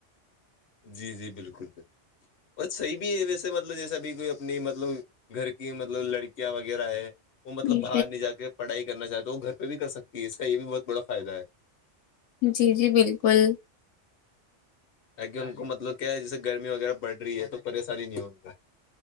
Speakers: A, on the left; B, on the left.
A: جی جی بالکل بالکل ب صحیح ہے ویسےطلب جیسا بھی کوئی اپنی مطلب گھر کی مطلب لڑکیاں وغیرہ ہے وہ مطلب
B: جی
A: باہر نہیں جا کے پڑھائی کرنا چاہتے گھر پہ بھی کر سکتی ہے اس کا یہ بھی بہت بڑا فائدہ ہے
B: جی جی بالکل
A: ت کہہ ان کو مطلب کیا ہے جیس گرمی وغیرہ بڑھ رہی ہے تو پریشانی نہیں ہووںا